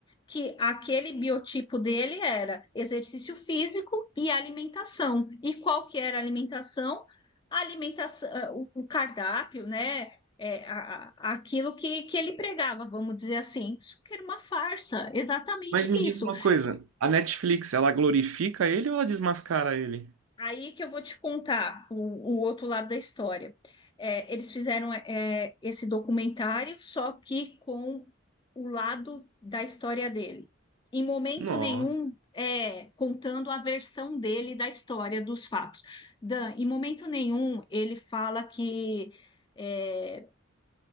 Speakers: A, on the left; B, on the right.
A: que aquele biotipo dele era exercício físico e alimentação. E qual que era a alimentação? A alimentação, eh, o o cardápio, né? É, a- a- aquilo que, que ele pregava, vamos dizer assim. Isso que era uma farsa, exatamente
B: Mas me diz
A: isso.
B: uma coisa, a Netflix, ela glorifica ele ou ela desmascara ele?
A: Aí que eu vou te contar o, o outro lado da história. É, eles fizeram é, esse documentário, só que com o lado da história dele. Em momento
B: Nossa.
A: nenhum, é, contando a versão dele da história, dos fatos. Dan, em momento nenhum, ele fala que é,